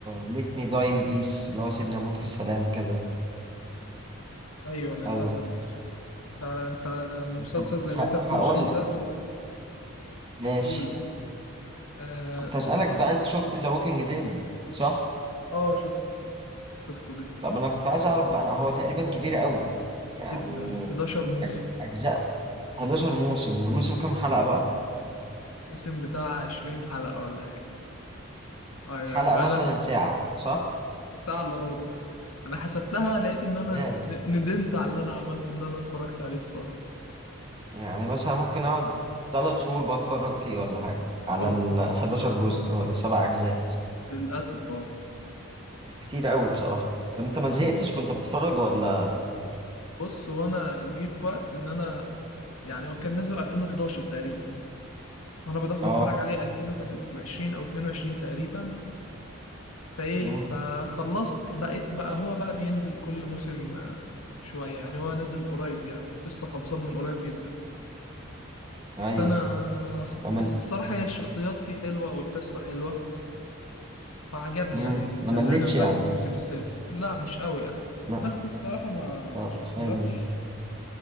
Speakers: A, on the right (about 25°); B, on the left (about 85°).
A: let me die in peace اللي هو سيبني اموت في سلام كده
B: أيوه للأسف
A: ايوه
B: فأنت المسلسل
A: طب
B: زي
A: ه-
B: بيتر
A: هقول
B: كول سول
A: لك
B: ده
A: ماشي
B: قول آه
A: كنت هسألك
B: بيتر
A: بقى انت شفت ذا ووكينج ديد صح؟
B: اه شفت شفته جدا
A: طب انا كنت عايز اعرف بقى هو تقريبا كبير قوي يعني
B: جدا 11 موسم
A: أج- اجزاء 11 موسم والموسم كام حلقة بقى؟
B: موسم بتاع 20 حلقة ولا حاجة أيوه
A: حلقة
B: أيوه
A: مثلا
B: أنا
A: ساعة صح؟
B: بتاع إلا ربع أنا حسبتها لقيت إن أنا
A: كمان
B: ن- ندمت على اللي أنا عملته إن أنا اتفرجت عليه الصراحة
A: يعني مثلا ممكن اقعد ثلاث شهور بتفرج فيه ولا حاجة على
B: اه
A: ال 11 جزء ولا سبع اجزاء
B: للأسف اه
A: كتير قوي بصراحة طب انت
B: وكتير
A: ما زهقتش وانت بتتفرج ولا
B: بص وانا جه في وقت ان انا يعني هو كان نازل 2011 تقريبا وانا بدات
A: اه
B: اتفرج عليه 2021 او 22 تقريبا فايه
A: امم
B: فخلصت بقيت بقى هو بقى بينزل كل موسم آه، شويه يعني هو نازل قريب يعني لسه خلصان من قريب جدا
A: ايوه
B: فانا الص-
A: ما مل...
B: بس الصراحه هي الشخصيات فيه حلوه والقصه حلوه فعجبني
A: مم.
B: يعني سلاني
A: ما ملتش
B: لغايه
A: يعني
B: الموسم السادس لا مش قوي يعني
A: ما...
B: بس الصراحه ما
A: طب
B: رشحهولكش
A: حلو